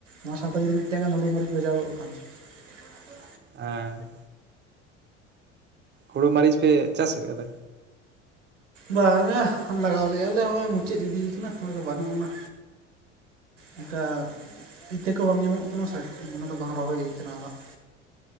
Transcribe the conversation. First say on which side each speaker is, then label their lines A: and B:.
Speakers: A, on the right; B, on the right.
A: ᱚᱱᱟ ᱥᱟᱶᱛᱮ ᱡᱩᱫᱤ <unintelligible>
B: ᱦᱮᱸ ᱦᱩᱲᱩ ᱢᱟᱹᱨᱤᱪ ᱯᱮ ᱪᱟᱥ ᱟᱠᱟᱫᱟ
A: ᱵᱟᱝ-ᱟ ᱞᱟᱜᱟᱣ ᱞᱮᱫᱼᱟᱞᱮ ᱦᱚᱸᱜᱼᱚᱭ ᱢᱩᱪᱟᱹᱫ ᱤᱫᱤᱭ ᱠᱟᱱᱟ ᱚᱱᱟ ᱫᱚ ᱵᱟᱹᱱᱩᱜ ᱟᱱᱟ ᱚᱱᱠᱟ ᱤᱛᱟᱹ ᱠᱚ ᱵᱟᱝ ᱧᱟᱢᱚᱜ ᱠᱟᱱᱟ ᱥᱮ ᱚᱱᱟ ᱫᱚ ᱵᱟᱝ ᱨᱚᱦᱚᱭ ᱦᱳᱭ ᱟᱠᱟᱱᱟ ᱚᱱᱟ ᱫᱚ <inaudible>